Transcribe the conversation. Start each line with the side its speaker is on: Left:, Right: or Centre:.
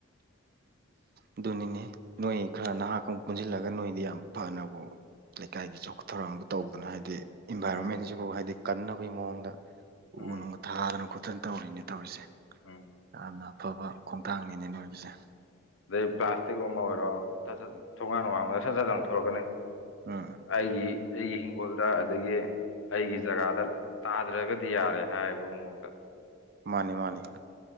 Right: ꯑꯗꯨꯅꯤꯅꯦ ꯅꯣꯏ ꯈꯔ ꯅꯍꯥ ꯀꯪꯨꯛ ꯄꯨꯟꯁꯤꯜꯂꯒ ꯅꯣꯏꯗꯤ ꯌꯥꯝ ꯐꯅꯕꯨ ꯂꯩꯀꯥꯏꯒꯤ ꯆꯥꯎꯈꯠ ꯊꯧꯔꯥꯡꯗꯨ ꯇꯧꯗꯅ ꯍꯥꯏꯗꯤ ꯏꯟꯚꯥꯏꯔꯣꯟꯃꯦꯟꯖꯤꯕꯨ
Left: ꯎꯝ
Right: ꯍꯥꯏꯗꯤ ꯀꯟꯅꯕꯒꯤ ꯃꯑꯣꯡꯗ
Left: ꯎꯝ
Right: ꯎ ꯅꯨꯡꯒ ꯊꯥꯗꯅ ꯈꯣꯠꯇꯅ ꯇꯧꯔꯤꯅꯤ ꯇꯧꯔꯤꯁꯦ
Left: ꯎꯝ
Right: ꯌꯥꯝꯅ ꯑꯐꯕ ꯈꯣꯡꯊꯥꯡꯅꯤꯅꯦ ꯅꯣꯏꯒꯤꯖꯦ
Left: ꯑꯗꯩ ꯄ꯭ꯂꯥꯁꯇꯤꯛ ꯑꯃ ꯑꯣꯏꯔꯣ ꯁꯠ ꯁꯠ ꯊꯣꯡꯒꯥꯟ ꯋꯥꯡꯃꯗ ꯁꯠ ꯁꯠ ꯂꯡꯊꯣꯔꯛꯀꯅꯤ
Right: ꯑꯥ
Left: ꯑꯩꯒꯤ ꯑꯩꯒꯤ ꯍꯤꯡꯈꯣꯜꯗ ꯑꯗꯒꯤ ꯑꯩꯒꯤ ꯖꯒꯥꯗ ꯇꯥꯗ꯭ꯔꯒꯗꯤ ꯌꯥꯔꯦ ꯍꯥꯏꯕ ꯃꯑꯣꯡꯗ
Right: ꯃꯥꯟꯅꯦ ꯃꯥꯟꯅꯦ